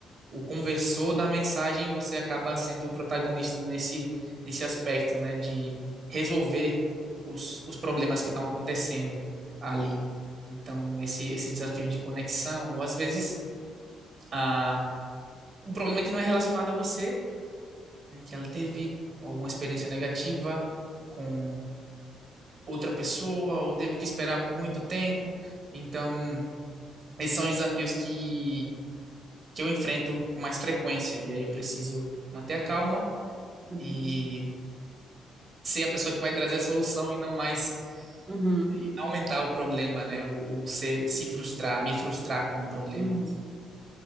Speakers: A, on the right (about 50°); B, on the right (about 25°).
A: o conversor da mensagem, você acaba sendo o protagonista nesse, nesse aspecto, né, de resolver os, os problemas que estão acontecendo ali. Então, esse, esse desafio de conexão, ou às vezes a, um problema que não é relacionado a você, né, que ela teve alguma experiência negativa com outra pessoa, ou teve que esperar por muito tempo. Então, esses são os desafios que, que eu enfrento com mais frequência, e aí eu preciso manter a calma e
B: uhum,
A: ser a pessoa que vai trazer a solução e não mais
B: uhum,
A: e não aumentar o problema, né? Ou, ou se, se frustrar, me frustrar com o problema.
B: uhum.